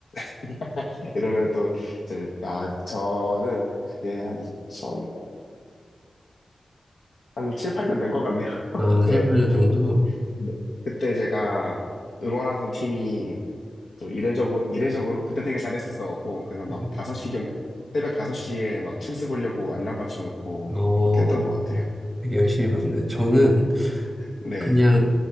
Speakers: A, on the left; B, in the centre.
A: <laughs> 이러면 또 이제 아 저는 그게 한2천한 7, 8년 된 것 같네요. <laughs>
B: 아,
A: 네,
B: 7, 8년 정도?
A: 됐는데 네. 그때 제가 응원하던 팀이 좀 이례적으로 이례적으로 그때 되게 잘했었어갖고 그래서 막
B: 음.
A: 다섯 시경 새벽 5시에 막 챔스 보려고 알람 맞춰놓고
B: 어,
A: 막 그렇게 했던 것 같아요.
B: 되게 열심히 봤는데 저는
A: 네네.
B: 그냥